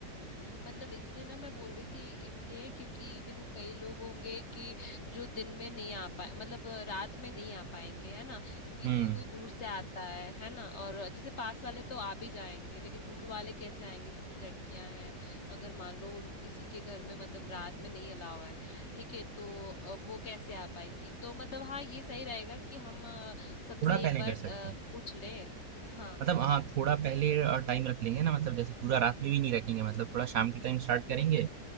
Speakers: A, on the left; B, on the right.
A: मतलब इसलिए ना मैं बोल रही थी इसलिए क्योंकि देखो कई लोग होंगे कि जो दिन में नहीं आ पाए मतलब अ, रात में नहीं आ पाएंगे है ना क्योंकि
B: हम्म
A: कोई कोई दूर से आता है है ना और जैसे पास वाले तो आ भी जाएंगे लेकिन दूर वाले कैसे आएंगे जैसे लड़कियां हैं अगर मान लो उन किसी के घर में मतलब रात में नहीं अलाव है ठीक है तो अ, वो कैसे आ पाएंगी तो मतलब हाँ ये सही रहेगा कि हम अ, सबसे
B: थोड़ा पहले
A: एक बार
B: कर सकते
A: अ,
B: हैं
A: पूछ लें हाँ
B: मतलब हाँ थोड़ा पहले टाइम रख लेंगे ना मतलब जैसे पूरा रात में भी नहीं रखेंगे मतलब थोड़ा शाम के टाइम स्टार्ट करेंगे